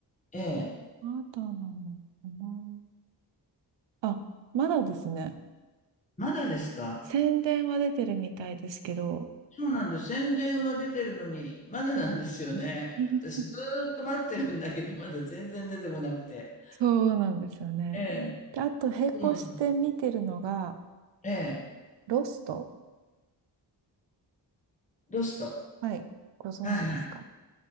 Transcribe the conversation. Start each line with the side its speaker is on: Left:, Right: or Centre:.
Left: ええ。
Right: まだなのかなあ、まだですね。
Left: まだですか
Right: 宣伝は出てるみたいですけど、
Left: そうなんです。宣伝は出てるのに、まだなんですよね。
Right: <laughs>
Left: 私ずーっと待ってるんだけど、まだ全然出てこなくて。
Right: そうなんですよね。
Left: ええ。
Right: で、あと並行して見てるのが、
Left: そうなんええ。
Right: ロスト。
Left: ロスト。
Right: はい。ご存知ですか
Left: はいはい